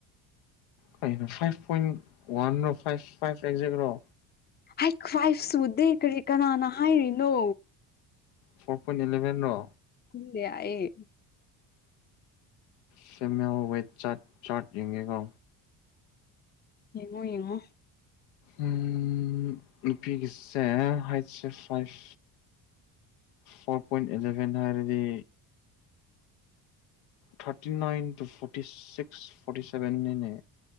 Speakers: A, on the left; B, on the left.
A: ꯀꯩꯅꯣ ꯐꯥꯏꯚ ꯄꯣꯏꯟ ꯋꯥꯟ ꯂꯣ ꯐꯥꯏꯚ ꯐꯥꯏꯚ ꯑꯦꯛꯖꯦꯛꯔꯣ
B: ꯍꯥꯠ ꯐꯥꯏꯞ ꯁꯨꯗꯦ ꯀꯔꯤ ꯀꯅꯥꯅ ꯍꯥꯏꯔꯤꯅꯣ
A: ꯐꯣꯔ ꯄꯣꯏꯟ ꯏꯂꯚꯦꯟ ꯔꯣ
B: ꯈꯪꯗꯦ ꯑꯩ
A: ꯐꯤꯃꯦꯜ ꯋꯦꯠ ꯋꯥꯔꯠ ꯆꯥꯔꯠ ꯌꯦꯡꯉꯦꯀꯣ
B: ꯌꯦꯉꯣ ꯌꯦꯉꯣ
A: ꯎꯝ ꯅꯨꯄꯤꯒꯤꯁꯦ ꯍꯥꯏꯠꯁꯦ ꯐꯥꯏꯚ ꯐꯣꯔ ꯄꯣꯏꯟ ꯑꯦꯂꯦꯚꯦꯟ ꯍꯥꯏꯔꯗꯤ thirty nine two forty six forty ꯁꯦꯚꯦꯟꯅꯤꯅꯦ